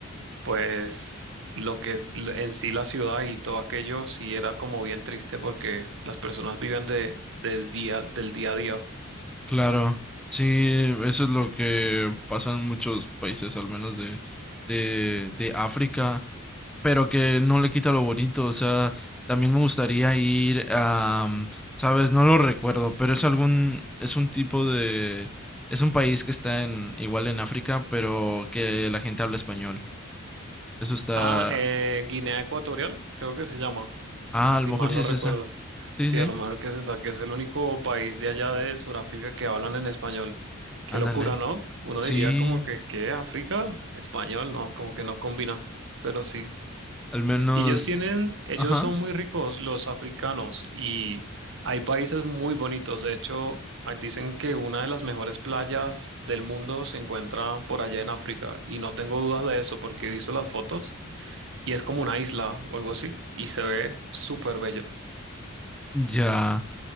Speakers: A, on the right (about 60°); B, in the centre.
A: pues lo que es l- en sí la ciudad y todo aquello sí era como bien triste porque las personas viven de, del día, del día a día.
B: Claro, sí, eso es lo que pasa en muchos países, al menos de, de, de África, pero que no le quita lo bonito, o sea, también me gustaría ir a, mm, sabes, no lo recuerdo, pero es algún, es un tipo de, es un país que está en, igual en África, pero que la gente habla español. Eso está,
A: Ah, eh, Guinea Ecuatorial, creo que se llama.
B: ah,
A: si
B: a lo mejor
A: mal
B: sí
A: no
B: es
A: recuerdo.
B: esa. Sí,
A: Sí,
B: sí,
A: a lo mejor que se saque es el único país de allá de Sudáfrica que hablan en español. Qué
B: ándale.
A: locura, ¿no? Uno
B: Sí,
A: diría como que, ¿qué? ¿África? Español, no, como que no combina, pero sí.
B: al menos,
A: Y ellos tienen, ellos
B: ajá.
A: son muy ricos, los africanos, y hay países muy bonitos. De hecho, ah, dicen que una de las mejores playas del mundo se encuentra por allá en África, y no tengo dudas de eso porque he visto las fotos, y es como una isla o algo así, y se ve súper bello.
B: Ya,